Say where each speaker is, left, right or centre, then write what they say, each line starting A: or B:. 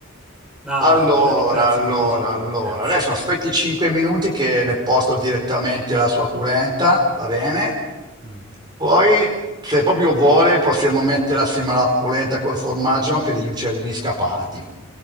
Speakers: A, in the centre; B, on the right (about 20°).
A: Ah,
B: Allora,
A: la ringrazio,
B: allora,
A: molto gentile,
B: allora,
A: grazie.
B: adesso aspetti 5 minuti che le porto direttamente la sua polenta, va bene?
A: Mm.
B: Poi, se proprio vuole, possiamo mettere assieme alla polenta col formaggio anche degli uccellini scappati.